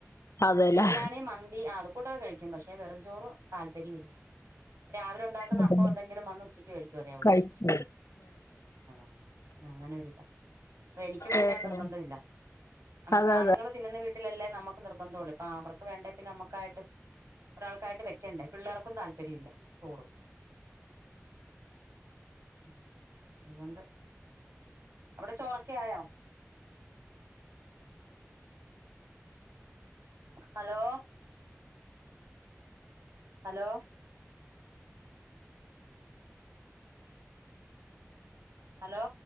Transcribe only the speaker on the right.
ബിരിയാണി മ അത്കൂടൊക്കെ കഴിക്കും പക്ഷെ വെറും ചോറ് താല്പര്യല്ല രാവി ഉണ്ടാക്കുന്ന
അപ്പൊ എന്തെങ്കിലും വന്ന് ഉച്ചക്ക് കഴിക്കും അതെ ഒള്ളൂ
ആഹ് അങ്ങനെ ഒരിതാ അപ്പൊ എനിക്കും പിന്നെ
നിർബന്ധവില്ല നമ്മുക്ക്
ആണുങ്ങള്
തിന്നുന്ന വീട്ടിലല്ലേ നമുക്ക് നിർബന്ധം ഒള്ളൂ ഇപ്പ അവർക്ക് വേണ്ടേ പിന്നെ നമ്മക്കായിട്ട് ഒരാൾക്കായിട്ട് വെക്കണ്ടേ പിള്ളേർക്കും താല്പര്യം ഇല്ല ചോറു <unintelligible> അവിടെ ചോറൊക്കെ ആയോ? Hello hello hello